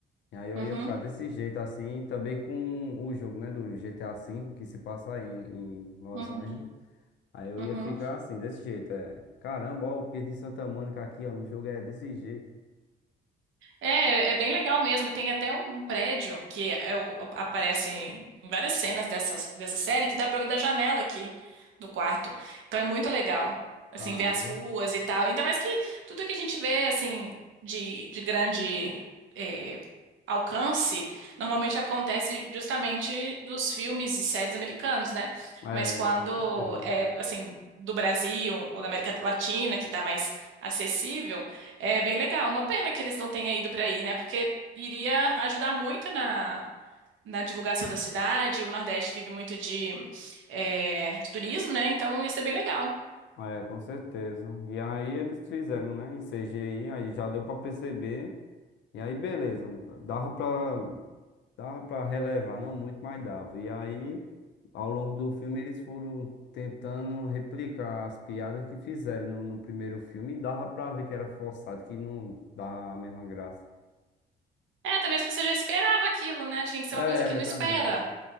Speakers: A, on the left; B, on the right.
A: E aí eu
B: uhum,
A: ia ficar desse jeito assim, e também com o jogo, né? Do GTA V que se passa aí em, em Los
B: uhum,
A: Angeles. Aí eu
B: uhum.
A: ia ficar assim, desse jeito. É. Caramba, ó, o Pietro em Santa Mônica aqui, ó. No jogo é desse jeito.
B: É, é bem legal mesmo. Tem até um prédio que é o- aparece em várias cenas dessa dessa série que dá pra ver da janela aqui do quarto. Então é muito legal, assim,
A: Caramba.
B: ver as ruas e tal. Ainda mais que tudo que a gente vê, assim, de, de grande é, alcance, normalmente acontece justamente dos filmes e séries americanos, né?
A: É,
B: Mas quando
A: com certeza.
B: é, assim, do Brasil ou da América Latina, que tá mais acessível, é bem legal. Uma pena que eles não tenham ido para aí, né? Porque iria ajudar muito na, na divulgação da cidade. O Nordeste vive muito de, é, de turismo, né? Então ia ser bem legal.
A: É, com certeza. E aí eles fizeram, né, em CGI, aí já deu pra perceber. E aí beleza, dava pra dava para relevar, não muito, mas dava. E aí ao longo do filme eles foram tentando replicar as piadas que fizeram no, no primeiro filme e dava pra ver que era forçado, que não dava a mesma graça.
B: É, até mesmo que você já esperava aquilo, né? Tinha que ser
A: É,
B: uma coisa que não
A: também.
B: espera.